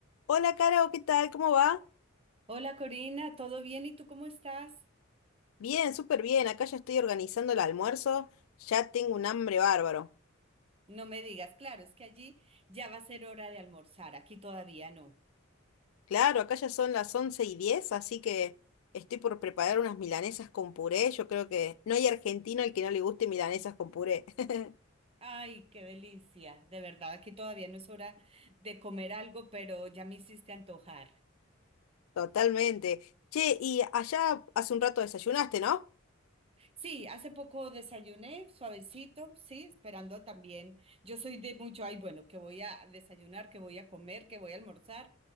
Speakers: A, on the left (about 80°); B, on the right (about 30°).
A: Hola, Caro, ¿qué tal? ¿Cómo va?
B: Hola Corina, ¿todo bien? ¿Y tú cómo estás?
A: Bien, súper bien. Acá ya estoy organizando el almuerzo. Ya tengo un hambre bárbaro.
B: No me digas, claro, es que allí ya va a ser hora de almorzar, aquí todavía no.
A: Claro, acá ya son las 11 y 10, así que estoy por preparar unas milanesas con puré. Yo creo que no hay argentino al que no le guste milanesas con puré. <laughs>
B: Ay, qué delicia, de verdad, aquí todavía no es hora de comer algo, pero ya me hiciste antojar.
A: Totalmente. Che, y allá hace un rato desayunaste, ¿no?
B: Sí, hace poco desayuné, suavecito, sí, esperando también. Yo soy de mucho, ay, bueno, que voy a desayunar, que voy a comer, que voy a almorzar,